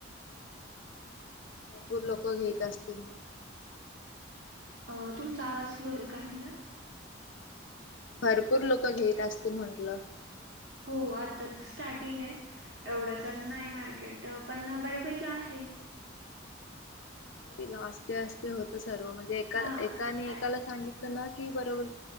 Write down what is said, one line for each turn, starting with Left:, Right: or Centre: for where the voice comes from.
Left: भरपूर लोक घेत असतील मग
Right: अ तुमचा आवाज सुलो रे काय म्हटलं
Left: भरपूर लोक घेत असतील म्हंटलं
Right: हो हो आताच स्टार्टिंग आहे एवढं तर नाही मार्केट पण बऱ्यापैकी आहे
Left: होईल असस्ते असस्ते होत सर्व म्हणजे एका
Right: हां
Left: एकाने एकाला
Right: आणि
Left: सांगितलं ना की बरोबर